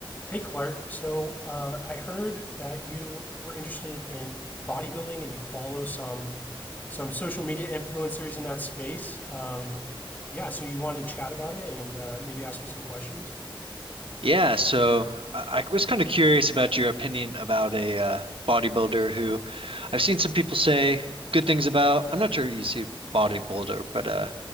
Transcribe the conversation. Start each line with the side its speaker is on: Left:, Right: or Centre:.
Left: Hey, Clark. So uh, I heard that you were interested in bodybuilding and you follow some some social media influencers in that space. Um, yeah, so you wanted to chat about it and uh, maybe ask me some questions.
Right: Yeah, so I, I was kind of curious about your opinion about a uh, bodybuilder who I've seen some people say good things about. I'm not sure you see bodybuilder, but uh,